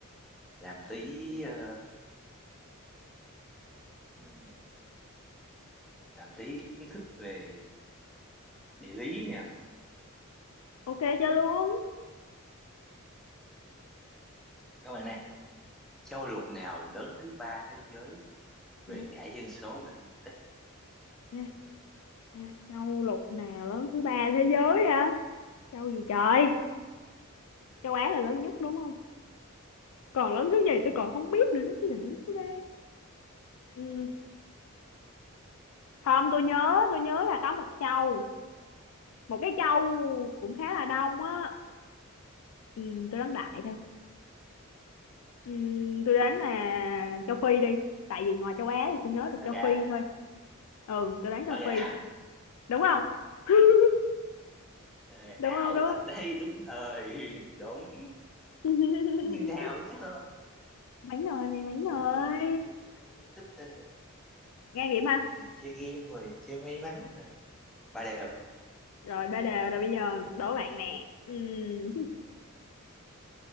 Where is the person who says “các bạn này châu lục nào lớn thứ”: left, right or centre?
Centre